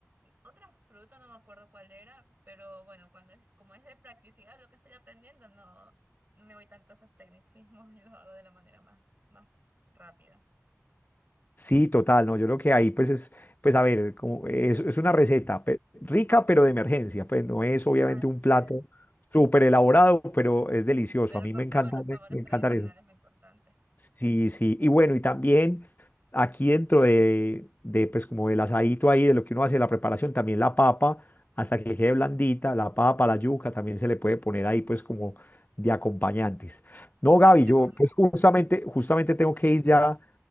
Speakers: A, on the right; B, on the left.
A: otra fruta, no me acuerdo cuál era, pero bueno, cuando es, como es de practicidad lo que estoy aprendiendo, no no me voy tanto a esos tecnicismos y los hago de la manera más, más rápida.
B: Sí, total, no, yo creo que ahí pues es, pues a ver, como es, es una receta pe- rica pero de emergencia, pues no es obviamente
A: Así
B: un plato
A: es.
B: súper elaborado, pero es delicioso,
A: Pero
B: a mí
A: conservan
B: me encanta,
A: los sabores
B: me, me encanta
A: tradicionales,
B: eso.
A: lo importante.
B: Sí, sí, y bueno, y también aquí dentro de, de pues como el asadito ahí, de lo que uno hace, la preparación, también la papa, hasta que quede blandita, la papa, la yuca, también se le puede poner ahí pues como de acompañantes. No,
A: Bueno,
B: Gaby,
A: te
B: yo
A: com-
B: pues justamente, justamente tengo que ir ya